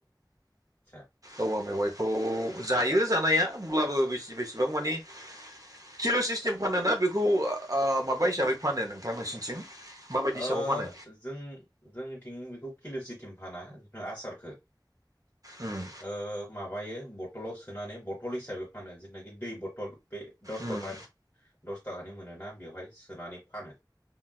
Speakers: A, on the left; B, on the right.
A: सा
B: औवा मेवाइखौ जायो जानाया होमब्लाबो बेसे बेसेबां माने किल' सिस्टेम फानो ना बेखौ ओ माबा हिसाबै फानो नोंथां नोंसिनिथिं? माबायदि
A: ओ
B: हिसाबाव फानो
A: जों जोंनिथिं बेखौ किलु सिथिम फाना आसारखो।
B: उम
A: ओ माबायो बथलाव सोनानै बथल हिसाबै फानो जेनाखि दै बथल बे दस
B: उम
A: थ'का दस ताकानि मोनोना बेवहाय सोनानै फानो।